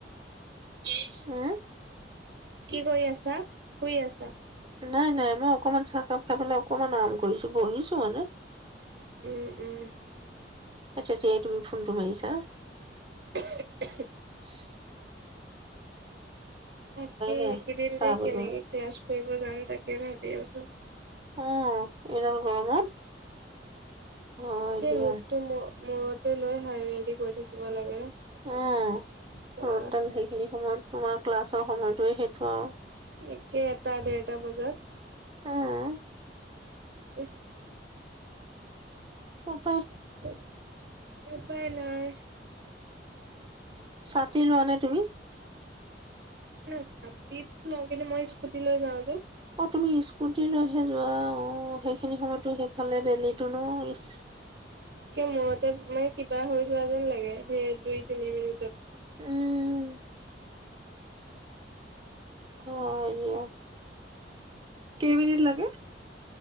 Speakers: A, on the right; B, on the right.
A: কেজ
B: এ
A: কি কৰি আছা শুই আছা
B: নাই নাই মই অকমান চাহকাপ খাই পেলাই অকমান আৰাম কৰিছো বহিছো মানে
A: উম উম
B: এ তেতিয়াই তুমি ফোনটো মাৰিছা
A: কোহো কোহো
B: ছি
A: তাকে
B: নাই
A: একদিন
B: চাহ
A: যে
B: বনোৱা
A: কেনেকে ক্লাছ কৰিব যাম তাকে ভাবি আছো।
B: উম এইদাল গৰমত অ
A: গোটেই
B: দিয়া
A: ৰ'দটো মোৰ মূৰতে লৈ হাইৱেদি গৈ থাকিব লাগে
B: অ
A: বা
B: ৰদ দাল সেইখিনি সময়ত তোমাৰ ক্লাছৰ সময়তয়ে সেইটো আৰু
A: একে এটা ডেৰটা বজাত
B: উম,
A: ই
B: অ
A: উপ উপায় নাই
B: ছাতি লোৱা নে তুমি
A: নাই ছাতিটো লওঁ কিন্তু মই স্কুটি লৈ যাওঁ যে
B: অ তুমি ইছ স্কুটি লৈহে যোৱা অ সেইখিনি সময়তো সেইফালে বেলি টো ন ইচ
A: কিয় মোৰতে মানে কিবা হৈ যোৱা যেন লাগে সেই দুই তিনি মিনিটত
B: উম হয় <inaudible> কেইমিনিট লাগে